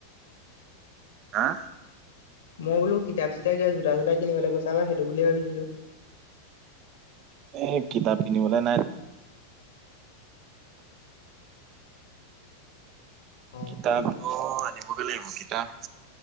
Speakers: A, on the right; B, on the left.
A: হা
B: মই বোলো কিতাপ চিতাপ জোতা ছোটা কিনিবলৈ গৈছা সেইটো বুলি ভাবিছিলো।
A: এ কিতাপ কিনিবলৈ নাই।
B: অ',
A: কিতাপটো আনিবগে লাগিব কিতাপ